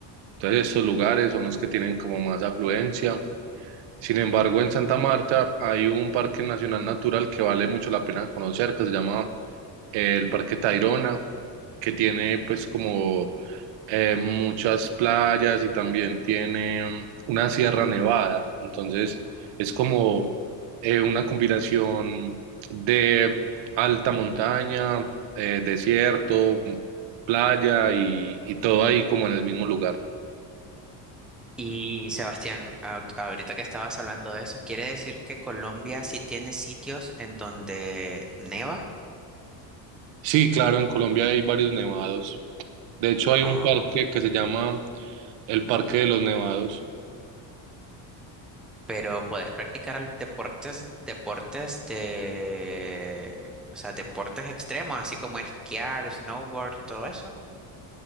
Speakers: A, on the right; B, in the centre.
A: Entonces, estos lugares son los que tienen como más afluencia. Sin embargo, en Santa Marta hay un parque nacional natural que vale mucho la pena conocer, que se llama eh, el Parque Tayrona, que tiene pues como eh, muchas playas y también tiene una sierra nevada. Entonces, es como eh, una combinación de alta montaña, eh, desierto, playa y, y todo ahí como en el mismo lugar.
B: Y Sebastián, a- ahorita que estabas hablando de eso, ¿quiere decir que Colombia sí tiene sitios en donde neva?
A: Sí, claro, en Colombia hay varios nevados. De hecho, hay
B: Ah,
A: un parque que se llama el Parque de los Nevados.
B: pero puedes practicar al- deportes, deportes de, o sea, deportes extremos, así como esquiar, snowboard, todo eso.